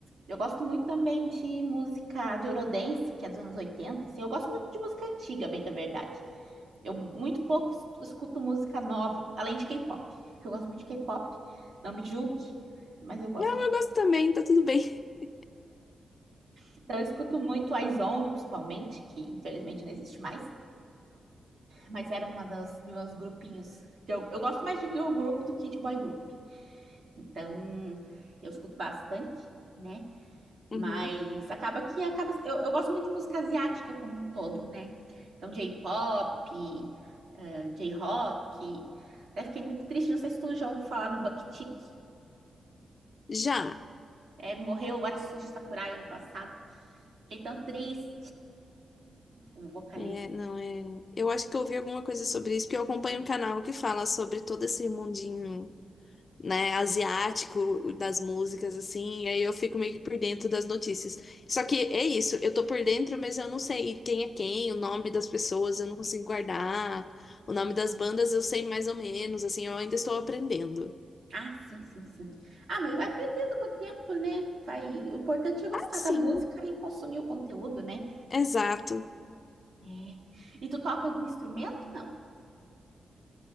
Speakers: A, on the right; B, on the left.
A: eu gosto muito também de música de Eurodance, que é dos anos oitenta Assim, eu gosto muito de música antiga, bem da verdade. Eu muito pouco es- escuto música nova, além de K-pop. Eu gosto muito de K-pop, não me julgue, mas eu gosto
B: Não,
A: muito.
B: eu gosto também, tá tudo bem. <laughs>
A: Então, eu escuto muito IZONE, principalmente, que infelizmente não existe mais, mas era uma das dos meus grupinhos. que Eu, eu gosto mais de girl group do que de boy group. Então, eu escuto bastante, né? Mas
B: Uhum.
A: acaba que acaba. Eu, eu gosto muito de música asiática como um todo, né? Então, J-pop, eh, J-rock. Até fiquei muito triste. Não sei se tu já ouviu falar no Bucktick.
B: Já.
A: É, morreu o Atsushi Sakurai ano passado. Fiquei tão triste como vocalista.
B: É, não, é. Eu acho que eu ouvi alguma coisa sobre isso, porque eu acompanho um canal que fala sobre todo esse mundinho né, asiático das músicas, assim, e aí eu fico meio que por dentro das notícias. Só que é isso, eu tô por dentro, mas eu não sei quem é quem, o nome das pessoas, eu não consigo guardar, o nome das bandas eu sei mais ou menos, assim, eu ainda estou aprendendo.
A: Ah, sim, sim, sim. Ah, mas vai aprendendo com o tempo, né? Vai... O importante é gostar
B: Ah, sim,
A: da música e consumir o conteúdo, né?
B: exato.
A: É. E tu toca algum instrumento? Não.